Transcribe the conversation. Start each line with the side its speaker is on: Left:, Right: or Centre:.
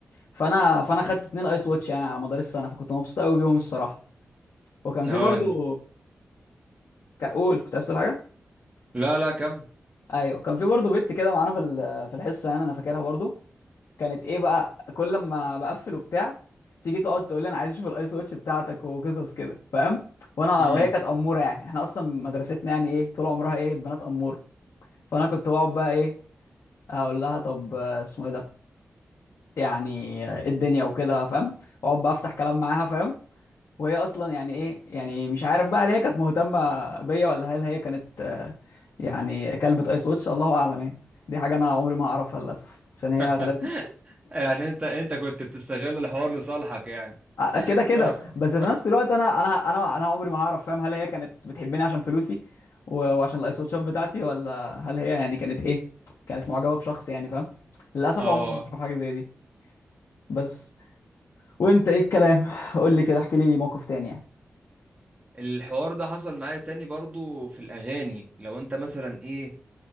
Left: فانا فانا خدت اتنين ايس واتش يعني على مدار السنه فكنت مبسوط قوي بيهم الصراحه وكان
Right: اه
Left: في برضو
Right: إن-
Left: كقول كنت عايز تقول حاجه
Right: لا لا كم
Left: ايوه كان في برضو بنت كده معانا في ال- في الحصه يعني انا فاكرها برضو كانت ايه بقى كل ما بقفل وبتاع تيجي تقعد تقول لي انا عايز اشوف الايس واتش بتاعتك وقصص كده فاهم وانا
Right: امم
Left: وهي كانت اموره يعني احنا اصلا مدرستنا يعني ايه طول عمرها ايه بنات اموره فانا كنت بقعد بقى ايه اقول لها طب آه، اسمه ايه ده يعني آه، ايه الدنيا وكده فاهم واقعد بقى افتح كلام معاها فاهم وهي اصلا يعني ايه يعني مش عارف بقى هل هي كانت مهتمه بيا ولا هل هي كانت آه، يعني كلبة ايس واتش الله اعلم ايه دي حاجه انا عمري ما هعرفها للاسف عشان هي
Right: <laughs>
Left: غالبا
Right: يعني انت انت كنت بتستغل الحوار لصالحك يعني
Left: آه، كده كده
Right: <laughs>
Left: بس في نفس الوقت انا انا انا انا عمري ما هعرف فاهم هل هي كانت بتحبني عشان فلوسي و- وعشان الايس واتشات بتاعتي ولا هل هي يعني كانت ايه كانت معجبه بشخص يعني فاهم للاسف
Right: اه
Left: عمري ما اعرف حاجه زي دي بس وانت ايه الكلام <laughs> قول لي كده احكي لي موقف تاني يعني
Right: الحوار ده حصل معايا تاني برضو في الاغاني لو انت مثلا ايه